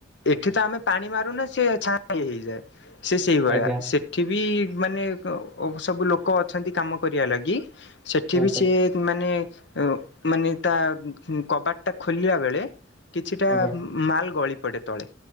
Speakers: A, on the left; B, in the centre.
A: ଏଠି ତ ଆମେ ପାଣି ମାରୁନା ସେ ଛାଣି ହେଇଯାଏ ସେ ସେଇଭଳିଆ
B: ଆଜ୍ଞା
A: ସେ ସେଠି ବି ମାନେ ସବୁ ଲୋକ ଅଛନ୍ତି କାମ କରିବା ଲାଗି। ସେଠି
B: ଆଜ୍ଞା
A: ବି ସିଏ ମାନେ ମାନେ ତା କବାଟ ଟା ଖୋଲିଲା ବେଳେ କିଛିଟା
B: ଆଜ୍ଞା
A: ମାଲ ଗଳି ପଡେ ତଳେ